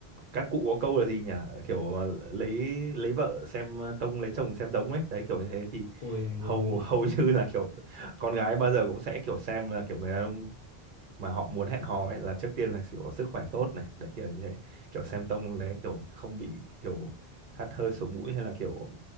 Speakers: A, on the right; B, on the left.
A: các cụ có câu là gì nhỉ? Kiểu ờ, lấy lấy vợ xem ờ, tông lấy chồng xem giống ấy. Đấy kiểu như thế thì
B: ôi anh
A: hầu
B: ơi
A: <laughs> hầu như là kiểu con gái bao giờ cũng sẽ kiểu xem là kiểu người đàn ông mà họ muốn hẹn hò ấy là trước tiên là kiểu sức khỏe tốt này, đấy kiểu như thế. Kiểu
B: dạ
A: xem tông đấy kiểu không bị kiểu hắt hơi sổ mũi hay là kiểu